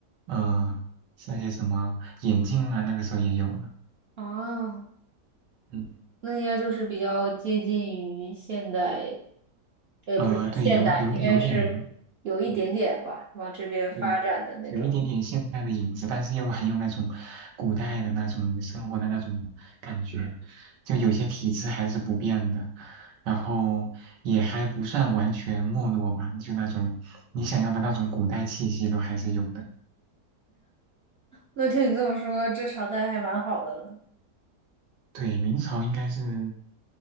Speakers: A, on the right; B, on the right.
A: 呃，那些什么眼镜啊，那个时候也有了。
B: 啊，
A: 嗯，
B: 那应该就是比较接近于现代，呃，
A: 呃，
B: 不是现代，
A: 对，有有有点吧，
B: 应该是有一点点吧，
A: 嗯，
B: 往这边发展的那种。
A: 对，有一点点现代的影子，但是又很有那种古代的那种生活的那种感觉，就有些体制还是不变的，然后也还不算完全没落吧，就那种你想要的那种古代气息都还是有的。
B: 那听你这么说，这朝代还蛮好的了。
A: 对，明朝应该是